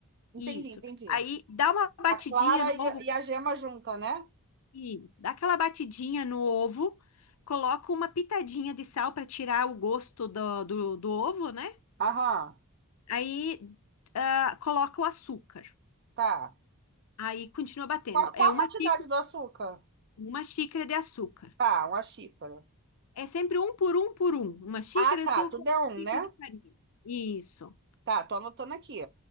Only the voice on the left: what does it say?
isso.
Aí dá uma batidinha
no
ovo,
isso. Dá aquela batidinha no ovo, coloca uma pitadinha de sal para tirar o gosto do, do, do ovo, né?
Aí ah, coloca o açúcar.
Aí continua batendo.
É uma
xícara,
uma xícara de açúcar.
É sempre um por um por um. Uma xícara
de açúcar,
uma
xícara
de farinha. Isso,